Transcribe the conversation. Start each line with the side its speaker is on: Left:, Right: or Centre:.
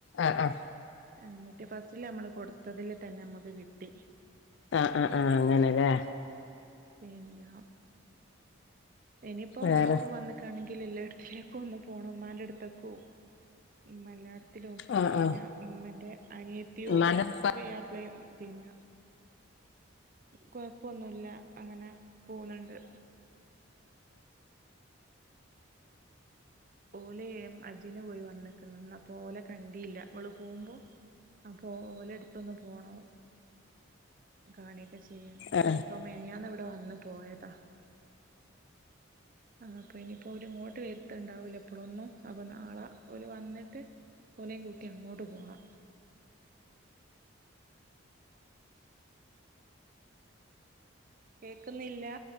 Left: അഹ് ആഹ്
Right: ആ കിട്ട് ഫസ്റ്റില് നമ്മള് കൊടുത്തതില് തന്നെ നമ്മുക്ക് കിട്ടി
Left: ആ ആ ആ അങ്ങനെല്ലേ
Right: പിന്നെ ഇനിയിപ്പോ
Left: വേറെ
Right: നാളെപ്പോ വന്നക്കാണെങ്കിൽ എല്ലായിടത്തിലേക്കും ഒന്ന് പോണം ഉമ്മാന്റെ അടുത്തേക്കോ ഉം എല്ലായിടത്തും ത്തിലോ
Left: ആഹ്
Right: പിന്നെ
Left: ആഹ്
Right: ഇമ്മാന്റെ അനിയത്തിയും
Left: ഉമ്മാന്റെ ഉപ്പ
Right: പുഴ അ പിന്നെ കൊഴപ്പൊന്നുല്ല അങ്ങനെ പോകുന്നുണ്ട് ഓല ഹജിന്‌ പോയി വന്നിക്കുണ് അപ്പൊ ഓല കണ്ടിയില്ല ഇവൾ പോകുമ്പോ ആ ഓല എടുത്തൊന്ന് പോണോ കാണ ചെയ്യണം
Left: ആഹ്
Right: ഇപ്പ മിനിഞ്ഞാന്ന് ഇവടെ വന്നു പോയതാ ആ അപ്പ ഇനിപ്പോ ഇങ്ങോട്ട് വരുണ്ടാവൂല അപ്പോളൊന്ന അപ്പൊ നാളെ ഒല് വന്നിട്ട് ഒലയും കൂട്ടി അങ്ങോട്ട് പോണം കേക്ന്നില്ല